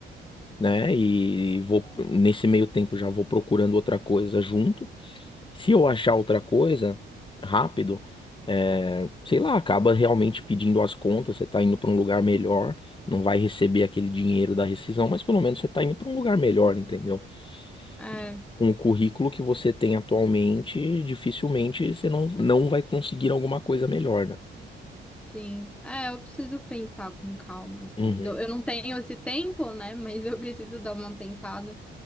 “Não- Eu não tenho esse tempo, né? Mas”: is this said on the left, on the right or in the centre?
Centre